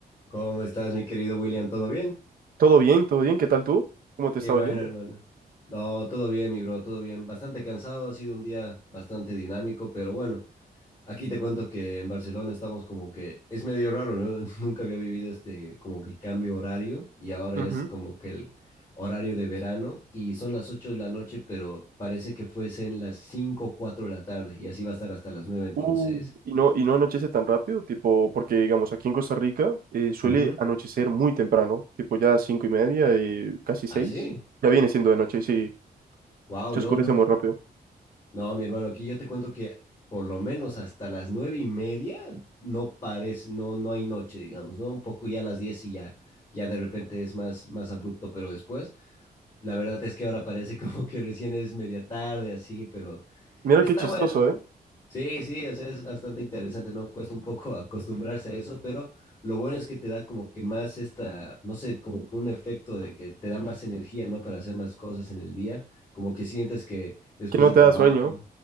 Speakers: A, on the left; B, on the right.
A: ¿Cómo estás, mi querido William? ¿Todo bien?
B: Todo bien, todo bien. ¿Qué tal tú? ¿Cómo te
A: Qué
B: estaba
A: bueno,
B: yendo?
A: hermano. No, todo bien, mi bro, todo bien. Bastante cansado, ha sido un día bastante dinámico, pero bueno, aquí te cuento que en Barcelona estamos como que es medio raro, ¿no? <laughs> Nunca había vivido este como que cambio horario y ahora
B: Ujú.
A: es como que el horario de verano y son las 8 de la noche, pero parece que fuesen las 5 o 4 de la tarde y así va a estar hasta las 9 entonces.
B: Uh, y no, y no anochece tan rápido, tipo, porque digamos, aquí en Costa Rica eh, suele
A: ujú.
B: anochecer muy temprano, tipo ya cinco y media, eh, casi
A: ¿Ah,
B: seis.
A: sí?
B: Ya viene siendo de noche, sí,
A: Wow,
B: se
A: no,
B: oscurece
A: no.
B: muy rápido.
A: No, mi hermano, aquí yo te cuento que por lo menos hasta las nueve y media no parece, no, no hay noche, digamos, ¿no? Un poco ya a las diez y ya, ya de repente es más, más abrupto, pero después, la verdad es que ahora parece <laughs> como que recién es media tarde, así, pero
B: Mira
A: está
B: qué chistoso,
A: bueno.
B: ¿eh?
A: Sí, sí, o sea, es bastante interesante, ¿no? Cuesta un poco <laughs> acostumbrarse a eso, pero lo bueno es que te da como que más esta, no sé, como que un efecto de que te da más energía, ¿no? Para hacer más cosas en el día, como que sientes que después
B: Que no
A: del
B: te
A: trabajo.
B: da sueño.